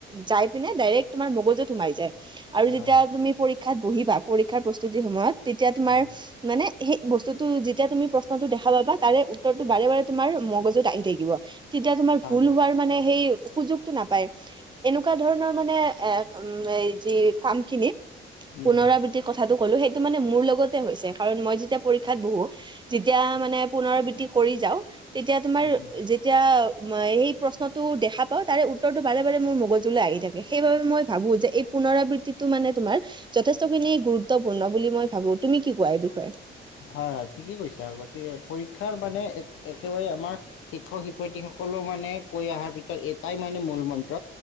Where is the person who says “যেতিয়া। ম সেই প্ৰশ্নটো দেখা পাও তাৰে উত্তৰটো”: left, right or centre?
Right